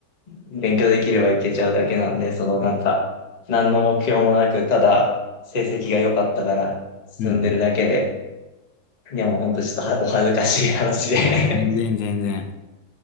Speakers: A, on the left; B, on the left.
A: 勉強できればいけちゃうだけなんで、そのなんか、何の目標もなく、ただ成績が良かったから進んでるだけで、
B: うんうん
A: いやもうほんとちょっとはお恥ずかしい話で
B: いや、全然全然。